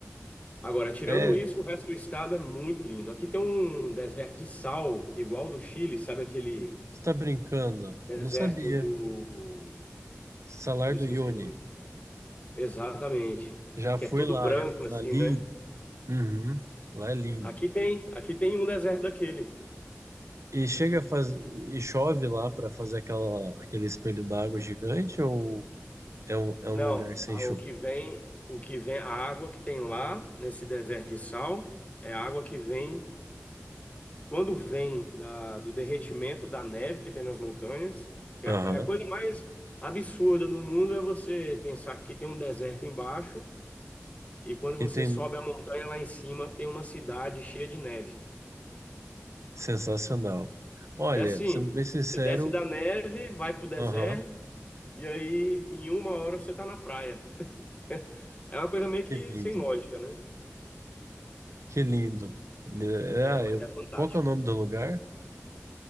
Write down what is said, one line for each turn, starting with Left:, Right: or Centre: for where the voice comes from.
Left: Agora, tirando
Right: É,
Left: isso, o resto do estado é muito lindo. Aqui tem um deserto de sal, igual do Chile, sabe aquele
Right: você tá brincando.
Left: deserto
Right: Não sabia.
Left: do...
Right: Salar
Left: Eu
Right: do
Left: esqueci
Right: Uyuni.
Left: o nome. Exatamente.
Right: Já
Left: Que
Right: fui
Left: é todo
Right: lá,
Left: branco
Right: já fui lá.
Left: assim,
Right: Lindo.
Left: né?
Right: Uhum, lá é lindo.
Left: Aqui tem, aqui tem um deserto daquele.
Right: E chega a faz... e chove lá para fazer aquela... aquele espelho d'água gigante ou é um... é
Left: Não,
Right: um lugar sem
Left: a-
Right: chuva?
Left: o que vem, o que vem, a água que tem lá nesse deserto de sal é a água que vem quando vem da- do derretimento da neve que tem nas montanhas, que
Right: Aham.
Left: é a, co- é a coisa mais absurda do mundo é você pensar que tem um deserto embaixo e quando você
Right: E tem
Left: sobe a montanha lá em cima tem uma cidade cheia de neve.
Right: sensacional. Olha,
Left: É assim,
Right: sendo bem sincero,
Left: você desce da neve, vai pro deserto
Right: aham,
Left: e aí em uma hora você tá na praia. <laughs> É uma coisa meio que
Right: Que lindo.
Left: sem lógica, né?
Right: Que lindo. É,
Left: É,
Right: ah,
Left: mas
Right: eu-
Left: é fantástico.
Right: Qual que é o nome do lugar?